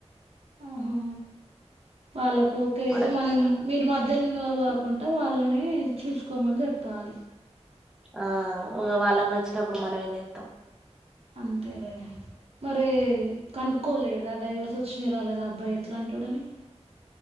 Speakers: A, on the right; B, in the centre.
A: ఆహో వాళ్ళకు ఓకే
B: మరి
A: ఇదో మనం మీరు మధ్యలో ఇన్వాల్వ్ కాకుండా వాళ్ళని చూసుకోమని చెప్పాలి
B: ఆ ఒక వాళ్ళకి నచ్చినప్పుడు మనమేం జేతం
A: అంతేలే మరి కనుక్కోలే ఏదా డ్రైవర్స్ వచ్చినాయి రాలేదా అబ్బాయి ఎట్లాంటాడని